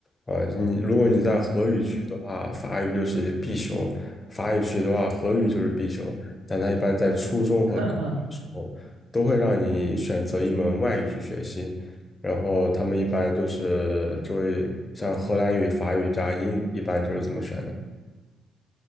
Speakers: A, on the left; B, on the right.
A: 呃，你如果你在荷语区的话，法语就是必修；法语区的话，荷语就是必修。但它一般在初中和高中的时候，
B: <laughs> 哈哈，
A: 都会让你选择一门外语去学习。然后他们一般就是就会像荷兰语、法语加英语，一般就是这么选的。